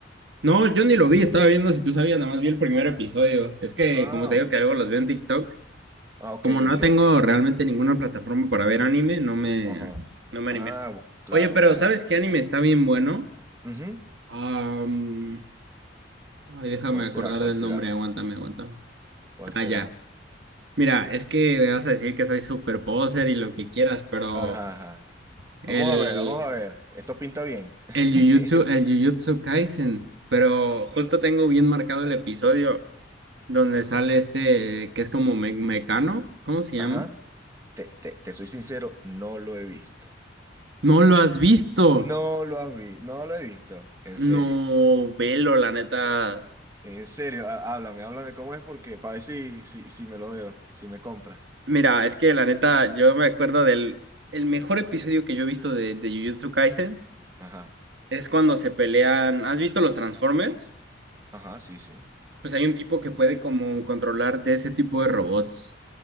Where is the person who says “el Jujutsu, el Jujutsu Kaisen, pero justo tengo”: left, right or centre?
Right